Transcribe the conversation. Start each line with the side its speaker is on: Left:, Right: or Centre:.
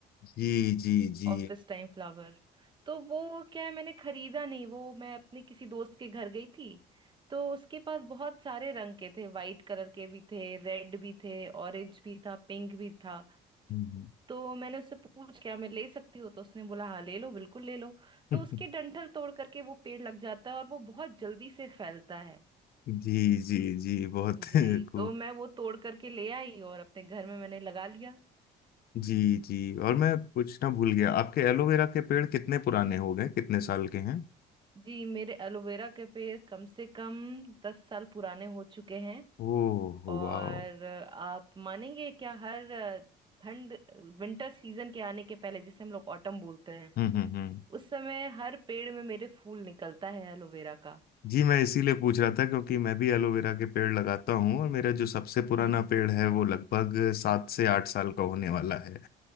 Left: जी जी जी
Right: Office time flower तो वो क्या है मैंने खरीदा नहीं वो मैं अपने किसी दोस्त के घर गई थी तो उसके पास बहुत सारे रंग के थे वाइट कलर के भी थे रेड भी थे ऑरेंज भी था पिंक भी था
Left: हम्म,
Right: तो मैंने उससे पूछ क्या मैं ले सकती हूँ तो उसने बोला हाँ ले लो बिल्कुल ले लो
Left: <laughs>
Right: तो उसके डंठल तोड़ करके वो पेड़ लग जाता है और वो बहुत जल्दी से फैलता है
Left: जी जी जी बहुत
Right: जी
Left: <laughs> खूब
Right: तो मैं वो तोड़ करके ले आई और अपने घर में मैंने लगा लिया
Left: जी जी और मैं पूछना भूल गया आपके एलोवेरा के पेड़
Right: जी।
Left: कितने पुराने हो गए कितने साल के हैं
Right: जी मेरे एलोवेरा के पेड़ कम से कम दस साल पुराने हो चुके हैं
Left: ओह
Right: और
Left: वाह
Right: आप मानेंगे क्या हर ठंड विंटर सीजन के आने के पहले जिसे हम लोग ऑटम बोलते हैं
Left: हम्म हम्म हम्म
Right: उस समय हर पेड़ में मेरे फूल निकलता है एलोवेरा का
Left: जी मैं इसीलिए पूछ रहा था क्योंकि मैं भी एलोवेरा के पेड़ लगाता हूँ और मेरा जो सबसे पुराना
Right: जी
Left: पेड़ है वो लगभग सात से आठ साल
Right: जी
Left: का होने वाला है